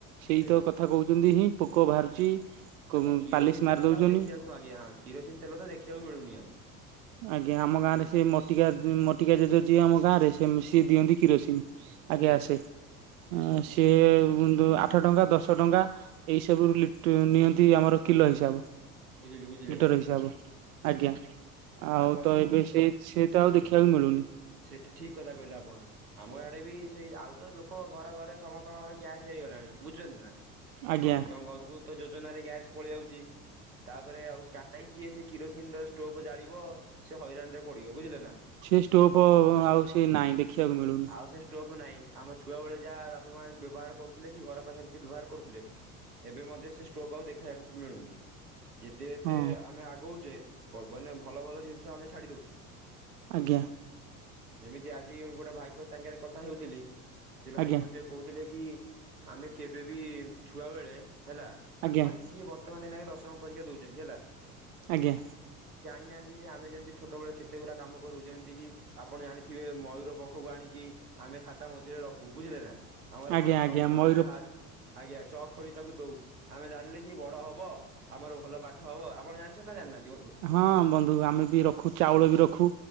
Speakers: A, on the right; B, on the right.
A: ସେଇ
B: ସେଇଆ
A: ତ କଥା କହୁଛନ୍ତି ହିଁ ପୋକ ବାହାରୁଛି।
B: ଆଜ୍ଞା କିରୋସିନ
A: ପାଲିସ ମାରି
B: ତେଲ
A: ଦଉଛନ୍ତି
B: ତ ଆଉ ଦେଖିବାକୁ ଆଜ୍ଞା ହଁ କିରୋସିନ ତେଲ ତ ଦେଖିବାକୁ ମିଳୁନି ଆଉ।
A: ଆଜ୍ଞା ଆମ ଗାଁ ରେ ସେ ମଟିକା ଟିକ ଯିଏ ଆମ ଗାଁରେ ସେ ସିଏ ଦିଅନ୍ତି କିରୋସିନ
B: ଆଜ୍ଞା
A: ଆଗେ ଆସେ। ସିଏ ଆଠ ଟଙ୍କା, ଦଶ ଟଙ୍କା, ଏଇ ସବୁ ନିଅନ୍ତି ଆମର କିଲୋ। ହିସାବ
B: ବୁଝିଲି ବୁଝିଲି
A: ଲିଟର
B: ଆଜ୍ଞା
A: ହିସାବ, ଆଜ୍ଞା।
B: ଆଉ ବନ୍ଧୁ
A: ତ ଏବେ ସେ ସେ ତ ଆଉ
B: ଆଜ୍ଞା
A: ଦେଖିବାକୁ ମିଳୁନି
B: ସେଟା ଠିକ କଥା କହିଲେ ଆପଣ ଆମ ଆଡେ ବି ସେଇ ଆଉ ତ ଲୋକ ଘରେ ଘରେ ସମସ୍ତଙ୍କ ଘରେ ଗ୍ୟାସ ହେଇଗଲାଣି ବୁଝୁଛନ୍ତି ନା
A: ଆଜ୍ଞା।
B: ସମସ୍ତଙ୍କ ଘରକୁ ଯୋଜନାରେ ଗ୍ୟାସ୍ ପଳେଇ ଯାଉଛି, ତାପରେ ଆଉ କାହିକି କିରୋସିନ ର ଷ୍ଟୋଭ୍ ଜାଳ ସେ ହଇରାଣ ରେ ପଡିବ ବୁଝିଲେ ନା
A: ସେ ଷ୍ଟୋପ ଆଉ ସେ ନାହିଁ ଦେଖିବାକୁ ମିଳୁନି
B: ଆଉ ସେ ଷ୍ଟୋଭ ନାହିଁ, ଆମ ଛୁଆ ବେଳେ ଯାହା <unintelligible> ବ୍ୟବହାର କରୁଥିଲେ କି? ଘର ପାଖରେ କିଏ ବ୍ୟବହାର କରୁଥିଲେ? ଏବେ ମଧ୍ୟ ସେ ଷ୍ଟୋବ୍ ଆଉ ଦେଖେଇବାକୁ ମିଳୁନି ଯେତେ ଯେତେ
A: ହଁ
B: ଆମେ ଆଗଉଛେ <unintelligible> ମାନେ ଭଲ ଭଲ ଜିନିଷ ଆମେ ଛାଡି ଦଉଛେ।
A: ଆଜ୍ଞା
B: ଯେମିତି ଆଜି ଗୋଟେ ଭାଇଙ୍କ ସାଙ୍ଗରେ କଥା ହେଉଥିଲି, ସେ ଭାଇ
A: ଆଜ୍ଞା।
B: ମଧ୍ୟ କହୁଥିଲେ କି ଆମେ କେବେ ବି ଛୁଆ ବେଳେ ହେଲା,
A: ଆଜ୍ଞା
B: ତାଙ୍କ ମାନେ ସିଏ ବର୍ତ୍ତମାନେ ନାହିଁ ଦଶମ ପରୀକ୍ଷା ଦଉଛନ୍ତି ହେଲା
A: ଆଜ୍ଞା।
B: ନିହାତି ଯେ ଆମେ ଯେମିତି ଛୋଟବେଳେ କେତେ ଗୁଡା କାମ କରୁ, ଯେମିତି କିି ଆପଣ ଜାଣିଥିବେ ମୟୂର ପଖକୁ ଆଣିକି ଆମେ ଖାତା ମଝିରେ ରଖୁ ବୁଝିଲେ ନା ଆମର
A: ଆଜ୍ଞା
B: ପାଠ <unintelligible>
A: ଆଜ୍ଞା ମୟୂର
B: ଆମେ ଭା ଆଜ୍ଞା ଚକ୍ ଖୋଳି ତାକୁ ଦଉ। ଆମେ ଜାଣିଲେ କି ବଡ ହବ, ଆମର ଭଲ ପାଠ ହବ, ଆପଣ ଜାଣିଛନ୍ତି ନା ଜାଣିନାହାନ୍ତି? ବନ୍ଧୁ
A: ହଁ, ମଦ୍ ହୁଁ ଆମେ ବି ରଖୁ ଚାଉଳ ବି ରଖୁ